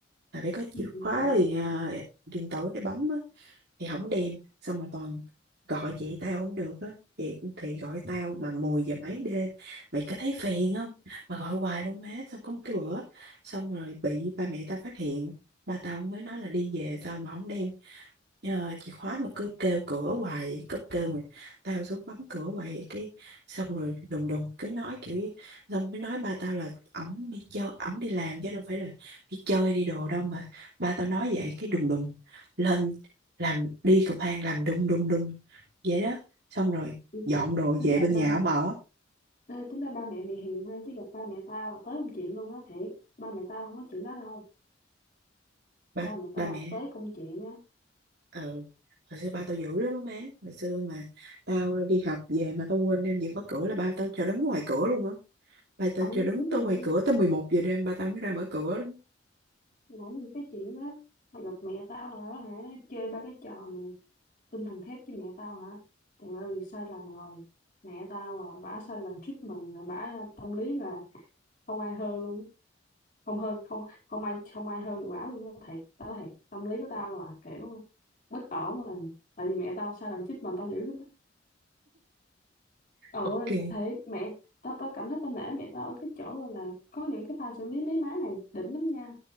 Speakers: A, on the right (about 60°); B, on the left (about 45°).
A: là phải có chìa
B: ừ, ừ,
A: khóa
B: ừ.
A: thì à, điện tử để bấm á thì không đem xong rồi toàn gọi chị tao không được á chị thì gọi tao mà 10 giờ mấy đêm mày có thấy phiền không mà gọi hoài luôn má xong có một cái bữa xong rồi bị ba mẹ tao phát hiện ba tao mới nói là đi về sao mà không đem Ờ, chìa khóa mà cứ kêu cửa hoài vậy, cứ kêu mà tao xuống bấm cửa hoài vậy cái xong rồi đùng đùng cứ nói kiểu như- xong mới nói ba tao là ổng đi chơi ổng đi làm chứ đâu phải là đi chơi đi đồ đâu mà ba tao nói vậy cái đùng đùng lên làm đi cầu thang làm đùng đùng đùng vậy đó xong rồi
B: ừ.
A: dọn đồ
B: Tính
A: về
B: ra
A: bên nhà
B: ba
A: ổng ở
B: Ê, tính ra ba mẹ mày hiền ha chứ gặp ba mẹ tao là tới công chuyện luôn á thiệt ba mẹ tao không có chuyện đó đâu
A: ba
B: ba mẹ tao
A: ba
B: là
A: mẹ
B: tới công chuyện á
A: ờ hồi xưa ba tao dữ lắm á má hồi xưa mà tao đi học về mà tao quên đem chìa khóa cửa là ba tao cho đứng ngoài cửa luôn á Bà tao
B: ổng
A: chờ đứng
B: tính
A: tới
B: luôn
A: ngoài cửa tới 11 giờ đêm ba tao mới ra mở cửa.
B: ổng những cái chuyện đó mà gặp mẹ tao là hả chơi ba cái trò mà tinh thần thép với mẹ tao hả trời ơi sai lầm rồi mẹ tao à bả sai lầm treatment rồi bả tâm lý là không ai hơn luôn không hơn không không ai không ai hơn được bả luôn á thiệt tao nói thiệt tâm lý của tao là kiểu bất ổn rồi tại vì mẹ tao sai lầm treatment tao dữ lắm Ồ
A: Ok,
B: thế mẹ tao tao cảm thấy tao nể mẹ tao ở cái chỗ gọi là có những cái pha xử lý mấy má này đỉnh lắm nha